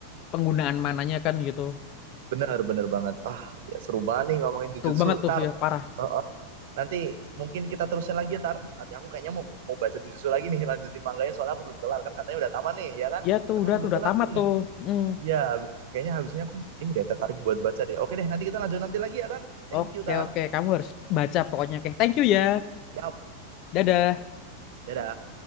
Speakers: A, on the left; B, on the right.
A: penggunaan mananya kan gitu.
B: benar benar banget ah ya seru banget nih ngomongin Jujutsu
A: Seru banget tuh
B: tar
A: ya parah.
B: Eh, eh, nanti mungkin kita terusin lagi ya tar nanti aku kayaknya mau mau baca Jujutsu lagi nih <laughs> lanjutin manganya soalnya aku belum kelar kan katanya udah tamat nih ya kan
A: Ya tuh
B: tapi
A: udah
B: aku
A: tuh
B: belum
A: udah
B: kelar
A: tamat
B: nih
A: tuh. Hmm.
B: iya habis- kayaknya habis ini aku ini deh tertarik buat baca deh oke deh nanti kita lanjut nanti lagi ya tar thank
A: Oke
B: you tar
A: oke kamu harus baca pokoknya. Oke, thank you ya.
B: yap
A: Dadah.
B: dadah